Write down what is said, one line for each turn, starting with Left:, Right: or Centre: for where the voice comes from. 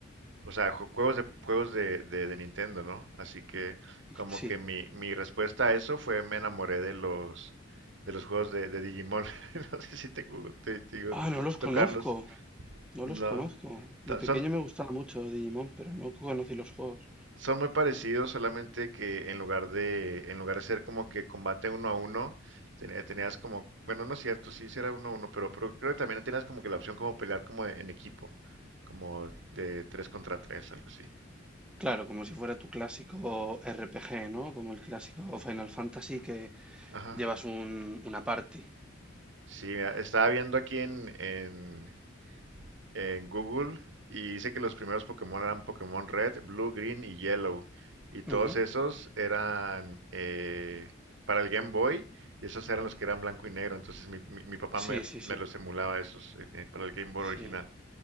Right: o sea, ju- juegos de, juegos de, de, de Nintendo, ¿no? Así que como
Centre: Sí.
Right: que mi, mi respuesta a eso fue me enamoré de los, de los juegos de, de Digimon. <laughs> No sé si te, gu- te- te digo,
Centre: Ah, no los conozco,
Right: tocarlos.
Centre: no
Right: No.
Centre: los conozco. De
Right: Ta-
Centre: pequeño
Right: Son,
Centre: me gustaba mucho Digimon, pero no conocí los juegos.
Right: Son muy parecidos, solamente que en lugar de, en lugar de ser como que combate uno a uno, ten- tenías como, bueno, no es cierto, sí, sí era uno a uno, pero, pero creo que también tenías como que la opción como pelear como en equipo, como de tres contra tres, algo así.
Centre: Claro, como si fuera tu clásico RPG, ¿no? Como el clásico Final Fantasy que
Right: Ajá.
Centre: Llevas un, una party.
Right: Sí, mira, estaba viendo aquí en, en, en Google y dice que los primeros Pokémon eran Pokémon Red, Blue, Green y Yellow. Y todos
Centre: Ujú.
Right: esos eran eh, para el Game Boy y esos eran los que eran blanco y negro. Entonces mi, mi- mi papá me,
Centre: Sí, sí, sí,
Right: me los emulaba esos eh, eh, para el Game Boy
Centre: sí,
Right: original.